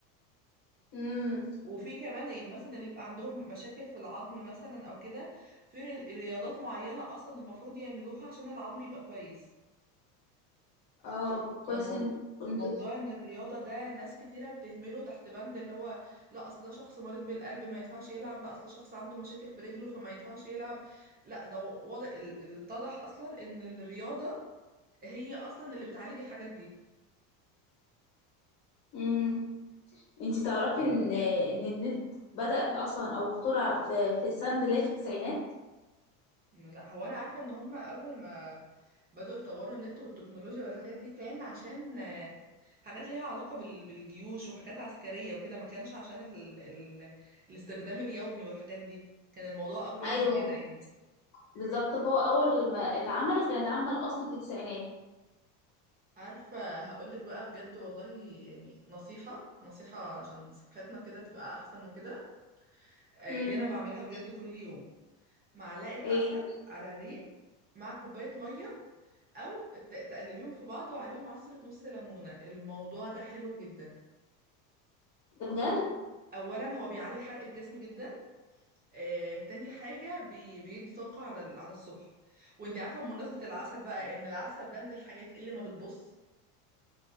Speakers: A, on the left (about 45°); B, on the right (about 20°).
A: امم
B: وفي كمان يعني مثلا اللي بيبقى عندهم مشاكل في العظم مثلا او كده في ري- رياضات معينة اصلا المفروض يعملوها عشان العظم يبقى كويس
A: اه كويس
B: فموضوع
A: إن- كنت
B: ان الرياضة ده ناس كتيرة بتهمله تحت بند اللي هو لا اصل ده شخص مريض بالقلب ما ينفعش يلعب لا اصل شخص عنده مشاكل في رجله فما ينفعش يلعب لا ده واضح اللي اتضح اصلا ان الرياضة هي اصلا اللي بتعالج الحاجات دي
A: امم انتي تعرفي ان ان النت بدأ اصلا او اخترع في في السنه اللي هي في التسعينات
B: لا هو انا عارفة ان هما اول ما بدأوا يطوروا النت والتكنولوجيا والحاجات دي كان عشان آه، حاجات ليها علاقة بال- بالجيوش وحاجات عسكرية وكده ما كانش عشان ال... ال... الاستخدام اليومي والحاجات دي كان الموضوع اكبر
A: ايوه
B: من كده يعني
A: بالظبط فهو اول ما اتعمل كان اتعمل اصلا في التسعينات
B: عارفة هقولك بقى بجد والله يعني نصيحة نصيحة عشان صحتنا كده تبقى أحسن وكده آه،
A: امم
B: دي أنا بعملها بجد كل يوم معلقة
A: ايه
B: عسل على الريق مع كوباية مية أو ت- تقلبيهم في بعض وعليهم عصرة نص ليمونة الموضوع ده حلو جدا
A: ده بجد
B: أولا هو بيعلي حرق الجسم جدا آه، تاني حاجة بي- بيدي طاقة على ال- على الصبح وانت عارفة بمناسبة العسل بقى إن العسل ده من الحاجات اللي ما بتبص